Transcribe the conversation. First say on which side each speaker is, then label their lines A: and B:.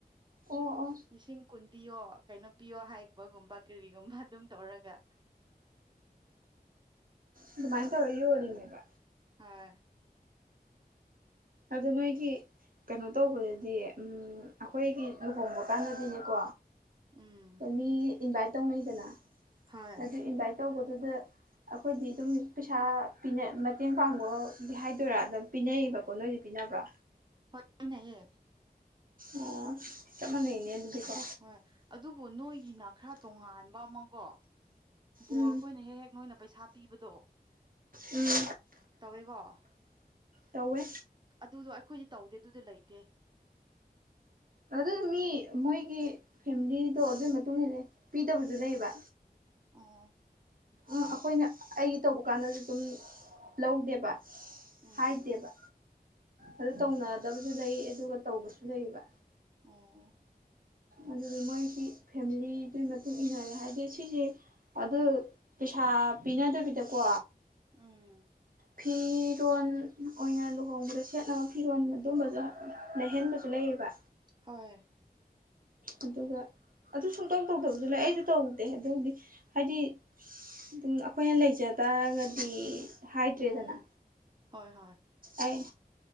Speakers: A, on the right (about 60°); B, on the right (about 30°).
A: ꯑꯣ ꯑꯣ
B: ꯂꯤꯁꯤꯡ ꯀꯨꯟ ꯄꯌꯣ ꯀꯩꯅꯣ ꯄꯤꯌꯣ ꯍꯥꯏꯕꯒꯨꯝꯕ ꯀꯔꯤꯒꯨꯝꯕ ꯑꯗꯨꯝ ꯇꯧꯔꯒ
A: ꯑꯗꯨꯃꯥꯏꯅ ꯇꯧꯔꯒ ꯌꯣꯜꯂꯤꯅꯦꯕ
B: ꯍꯣꯏ
A: ꯑꯗꯨ ꯅꯣꯏꯒꯤ ꯀꯩꯅꯣ ꯇꯧꯕꯗꯗꯤ ꯎꯝ ꯑꯩꯈꯣꯏꯒꯤ ꯂꯨꯍꯣꯡꯕ ꯀꯥꯟꯗꯗꯤꯅꯦꯀꯣ
B: ꯎꯝ
A: ꯃꯤ ꯏꯟꯚꯥꯏꯠ ꯇꯧꯅꯩꯗꯅ
B: ꯍꯣꯏ
A: ꯑꯗꯨ ꯏꯟꯚꯥꯏꯠ ꯇꯧꯕꯗꯨꯗ ꯑꯩꯈꯣꯏꯗꯤ ꯑꯗꯨꯝ ꯄꯩꯁꯥ ꯄꯤꯅ ꯃꯇꯦꯡ ꯄꯥꯡꯕ ꯑꯗꯤ ꯍꯥꯏꯗꯣꯏꯔꯥ ꯑꯗꯨꯝ ꯄꯤꯅꯩꯌꯦꯕ ꯀꯣ ꯅꯣꯏꯗꯤ ꯄꯤꯅꯕ꯭ꯔꯥ
B: ꯍꯣꯏ ꯄꯤꯅꯩꯌꯦ
A: ꯑꯣ ꯆꯞ ꯃꯥꯟꯅꯩꯅꯦ ꯑꯗꯨꯗꯤꯀꯣ
B: ꯍꯣꯏ ꯑꯗꯨꯕꯨ ꯅꯣꯏꯒꯤꯅ ꯈꯔ ꯇꯣꯉꯥꯟꯕ ꯑꯃꯀꯣ ꯕꯣꯔ
A: ꯎꯝ
B: ꯈꯣꯏꯅ ꯍꯦꯛ ꯍꯦꯛ ꯅꯣꯏꯅ ꯄꯩꯁꯥ ꯄꯤꯕꯗꯣ
A: ꯎꯝ
B: ꯇꯧꯋꯦꯀꯣ
A: ꯇꯧꯋꯦ
B: ꯑꯗꯨꯗꯣ ꯑꯩꯈꯣꯏꯗꯤ ꯇꯧꯗꯦ ꯑꯗꯨꯗꯤ ꯂꯩꯇꯦ
A: ꯑꯗꯨꯗꯣ ꯃꯤ ꯃꯣꯏꯒꯤ ꯐꯦꯝꯂꯤꯗꯣ ꯑꯗꯨꯢ ꯃꯇꯨꯡ ꯏꯟꯂꯦ ꯄꯤꯗꯕꯖꯨ ꯂꯩꯌꯦꯕ
B: ꯑꯣ
A: ꯑ ꯑꯩꯈꯣꯏꯅ ꯑꯩꯒꯤ ꯇꯧꯕ ꯀꯥꯟꯗꯁꯨ ꯑꯗꯨꯝ ꯂꯧꯗꯦꯕ
B: ꯎꯝ
A: ꯍꯥꯏꯗꯦꯕ ꯑꯗꯨ ꯇꯧꯅꯗꯕꯖꯨ
B: ꯑꯣ
A: ꯂꯩ ꯑꯗꯨꯒ ꯇꯧꯕꯁꯨ ꯂꯩꯌꯦꯕ
B: ꯑꯣ
A: ꯑꯗꯨꯅ ꯃꯣꯏꯒꯤ ꯐꯦꯝꯂꯤꯗꯨꯢ ꯃꯇꯨꯡ ꯏꯟꯅꯔꯦ ꯍꯥꯏꯗꯤ ꯁꯤꯖꯦ ꯑꯗꯨ ꯄꯩꯁꯥ ꯄꯤꯅꯗꯕꯤꯗꯀꯣ
B: ꯎꯝ
A: ꯐꯤꯔꯣꯟ ꯑꯣꯏꯅ ꯂꯨꯍꯣꯡꯕꯗ ꯁꯦꯠꯅꯕ ꯐꯤꯔꯣꯟ ꯑꯗꯨꯝꯕꯒ ꯂꯩꯍꯟꯕꯖꯨ ꯂꯩꯌꯦꯕ
B: ꯍꯣꯏ
A: ꯑꯗꯨꯒ ꯑꯗꯨ ꯁꯨꯡꯇꯧ ꯇꯧꯗꯕꯁꯨ ꯂꯩ ꯑꯩꯁꯨ ꯇꯧꯗꯦ ꯑꯗꯨꯕꯨꯗꯤ ꯍꯥꯏꯗꯤ ꯑꯗꯨꯝ ꯑꯩꯈꯣꯏꯅ ꯂꯩꯖ ꯇꯔꯒꯗꯤ ꯍꯥꯏꯗ꯭ꯔꯦꯗꯅ
B: ꯎꯝ ꯍꯣꯏ ꯍꯣꯏ
A: ꯑꯩ